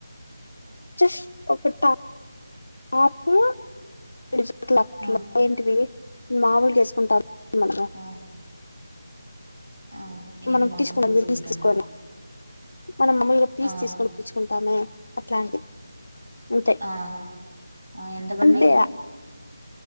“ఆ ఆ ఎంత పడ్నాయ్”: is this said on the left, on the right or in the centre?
Right